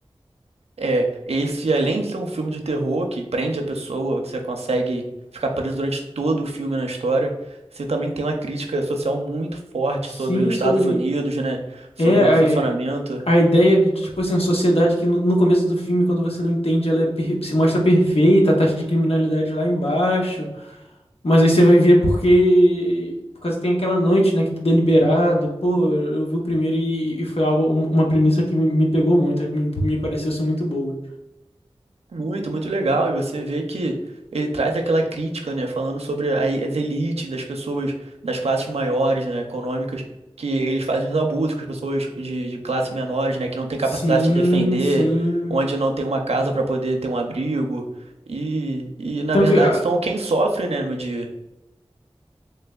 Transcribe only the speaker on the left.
Sim,
sobre.
É,
é, A ideia de, tipo assim, uma sociedade que no, no começo do filme, quando você não entende, ela é per- se mostra perfeita, a taxa de criminalidade lá embaixo. Mas aí você vai ver porque. Por causa que tem aquela noite, né, que tudo é liberado. Pô, eu vi o primeiro e, e foi algo, um- uma premissa que me, me pegou muito, me, me pareceu ser muito boa.
Sim,
sim.
Tanto,
ah,